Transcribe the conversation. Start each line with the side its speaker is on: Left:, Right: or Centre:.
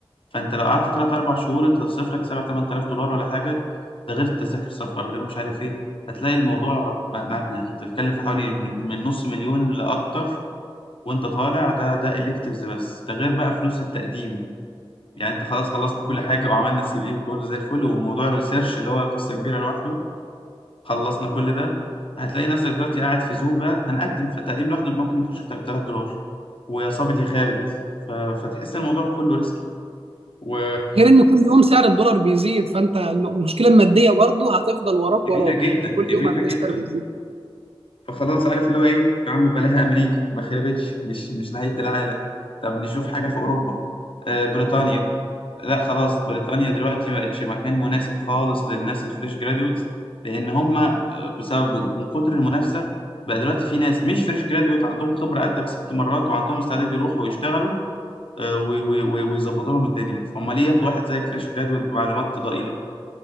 Left: فانت لو قعدت تلات اربع شهور انت تصرف لك 7 8000 دولار ولا حاجه ده غير تذاكر سفر غير مش عارف ايه هتلاقي الموضوع م- مبلغ انت بتتكلم في حوالي من من نص مليون لاكتر وانت طالع ده ده electives بس ده غير بقى فلوس التقديم يعني انت خلاص خلصنا كل حاجه وعملنا سي في وكله زي الفل وموضوع الريسيرش اللي هو قصه كبيره لوحده خلصنا كل ده هتلاقي نفسك دلوقتي قاعد في زوم بقى هنقدم فالتقديم لوحده ممكن يخش في 3000 دولار ويا صابت يا خابت ف- فتحس الموضوع كله ريسكي و...
Right: غير ان كل يوم سعر الدولار بيزيد فانت المشكله الماديه برضه هتفضل وراك
Left: كبيرة
Right: وراك
Left: جدا
Right: يعني كل
Left: كبيرة
Right: يوم هتلاقي
Left: جدا
Right: السعر بيزيد
Left: فخلاص عارف اللي هو ايه يا عم بلاها امريكا ما خربتش مش مش نهاية العالم طب نشوف حاجة في اوروبا آه بريطانيا لا خلاص بريطانيا دلوقتي ما بقتش مكان مناسب خالص للناس الفريش جراديوتس لان هم آه، بسبب من كتر المنافسة بقى دلوقتي في ناس مش فريش جراديوت عندهم خبرة قدك ست مرات وعندهم استعداد يروحوا ويشتغلوا آه، و- و- و- ويظبطوا لهم الدنيا فهم ليه ياخدوا واحد زيك فريش جراديوت بمعلومات ضئيلة